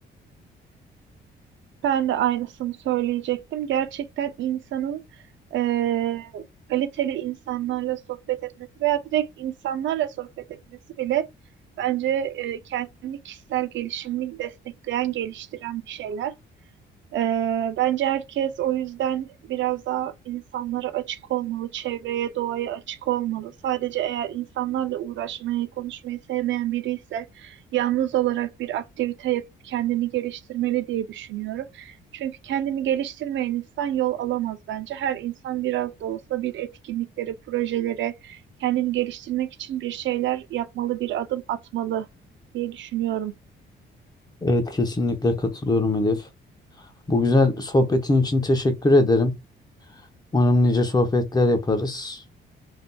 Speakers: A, on the right; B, on the left.
A: Ben de aynısını söyleyecektim. Gerçekten insanın eee, kaliteli insanlarla sohbet etmesi veya direkt insanlarla sohbet etmesi bile bence eee, kendini kişisel gelişimini destekleyen, geliştiren bir şeyler. Ee, bence herkes o yüzden biraz daha insanlara açık olmalı, çevreye, doğaya açık olmalı. Sadece eğer insanlarla uğraşmayı, konuşmayı sevmeyen biri ise yalnız olarak bir aktivite yapıp kendini geliştirmeli diye düşünüyorum. Çünkü kendini geliştirmeyen insan yol alamaz bence. Her insan biraz da olsa bir etkinliklere, projelere, kendini geliştirmek için bir şeyler yapmalı, bir adım atmalı diye düşünüyorum.
B: Evet kesinlikle katılıyorum Elif. Bu güzel sohbetin için teşekkür ederim. Umarım nice sohbetler yaparız.